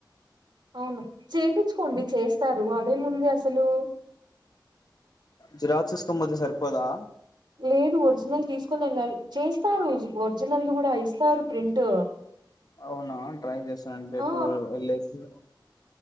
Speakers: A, on the right (about 70°); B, on the left (about 55°).
A: అవును చేపించుకోండి చేస్తారు అదేము ఉంది అసలు
B: జిరాక్స్ తీసుకొని పోతే సరిపోదా
A: లేదు ఒరిజినల్ తీసుకొని వెళ్ళాలి చేస్తారు ఒరిజినల్ కూడా ఇస్తారు ప్రింట్
B: అవునా ట్రై చేస్తానండి రేపు
A: ఆ
B: వెళ్ళేసి